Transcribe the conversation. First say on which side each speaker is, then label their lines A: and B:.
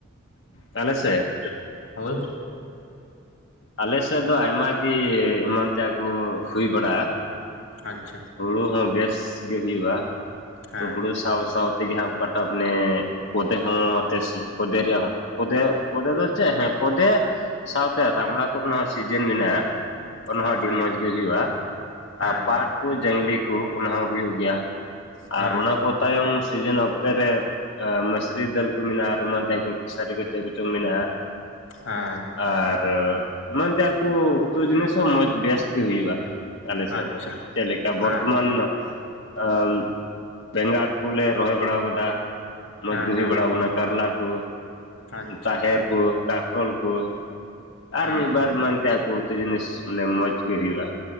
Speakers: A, on the left; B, on the left.
A: ᱛᱟᱞᱮ ᱥᱮᱜᱼᱼ
B: ᱦᱳᱭ᱾
A: ᱟᱞᱮ ᱥᱮᱫ ᱫᱚ ᱟᱭᱢᱟ ᱜᱮ ᱮᱢᱟᱱ ᱛᱮᱭᱟᱜ ᱠᱚ ᱦᱩᱭ ᱵᱟᱲᱟᱜᱼᱟ ᱾
B: ᱟᱪᱪᱷᱟ᱾
A: ᱦᱩᱲᱩ ᱦᱚᱸ ᱵᱮᱥ ᱜᱮ ᱦᱩᱭᱩᱜᱼᱟ,
B: ᱦᱮᱸ
A: ᱛᱚ ᱦᱩᱲᱩ ᱥᱟᱶᱼ ᱥᱟᱶ ᱛᱮᱜᱮ ᱦᱟᱸᱜ ᱚᱠᱟᱴᱟᱜ ᱢᱟᱱᱮ ᱠᱷᱚᱫᱮ ᱦᱚᱸ ᱛᱮᱥ ᱠᱷᱚᱫᱮ ᱨᱮᱭᱟᱜ ᱦᱚᱸ ᱠᱷᱚᱫᱮ, ᱠᱷᱚᱫᱮ ᱫᱚ ᱪᱮᱫ ᱦᱮᱸ ᱠᱷᱚᱫᱮ ᱥᱟᱶᱛᱮ ᱨᱟᱢᱲᱟ ᱠᱚᱨᱮᱱᱟᱜ ᱦᱚᱸ ᱥᱤᱡᱤᱱ ᱢᱮᱱᱟᱜᱼᱟ, ᱚᱱᱟ
B: ᱟᱪᱪᱷᱟ
A: ᱦᱚᱸ ᱟᱹᱰᱤ ᱢᱚᱡᱽ ᱜᱮ ᱦᱩᱭᱩᱜᱼᱟ
B: ᱦᱮᱸ
A: ᱟᱨ ᱯᱟᱴ ᱠᱚ ᱡᱟᱹᱝᱞᱤ ᱠᱚ ᱚᱱᱟ ᱦᱚᱸ ᱦᱩᱭᱩᱜ ᱜᱮᱭᱟ
B: ᱦᱩᱸ
A: ᱟᱨ ᱚᱱᱟ ᱯᱚ ᱛᱟᱭᱚᱢ ᱥᱤᱡᱤᱱ ᱚᱠᱛᱮ ᱨᱮ ᱢᱤᱥᱨᱤ ᱫᱟᱹᱞ ᱠᱚ ᱢᱮᱱᱟᱜᱼᱟ ᱟᱨ ᱮᱢᱟᱱ ᱛᱟᱭ ᱠᱚ <unintelligible> ᱡᱚᱝ ᱢᱮᱱᱟ ᱾
B: ᱦᱟ ᱾
A: ᱟᱨ ᱮᱢᱟᱱ ᱛᱮᱭᱟᱜ ᱠᱚ ᱩᱛᱩ ᱡᱤᱱᱤᱥ ᱦᱚᱸ ᱢᱚᱡᱽ ᱵᱮᱥᱜᱮ ᱦᱩᱭᱩᱜᱼᱟ ᱾ ᱟᱞᱮ
B: ᱟᱪᱪᱷᱟ
A: ᱥᱮᱫ ᱫᱚ, ᱪᱮᱫ ᱞᱮᱠᱟ
B: ᱦᱮᱸ
A: ᱵᱚᱨᱛᱚᱢᱟᱱ ᱟᱹᱢ, ᱵᱮᱸᱜᱟᱲ ᱠᱚᱞᱮ ᱨᱚᱦᱚᱭ ᱵᱟᱲᱟᱣ ᱠᱟᱫᱟ ᱾ ᱢᱚᱡᱽ
B: ᱦᱮᱸ
A: ᱜᱮ ᱦᱩᱭ
B: ᱦᱮᱸ
A: ᱵᱟᱲᱟᱣ ᱟᱠᱟᱱᱟ ᱠᱟᱨᱞᱟ ᱠᱚ,
B: ᱟᱪᱪᱷᱟ
A: ᱛᱟᱦᱮᱨ ᱠᱚ ᱠᱟᱠᱨᱚᱞ ᱠᱚ ᱾ ᱟᱨ
B: ᱦᱮᱸ
A: ᱢᱤᱫ ᱵᱟᱨ ᱮᱢᱟᱱ ᱛᱮᱭᱟᱜ ᱠᱚ ᱩᱛᱩ ᱡᱤᱱᱤᱥ ᱢᱟᱱᱮ ᱢᱚᱡᱽ ᱜᱮ ᱦᱩᱭᱩᱜᱼᱟ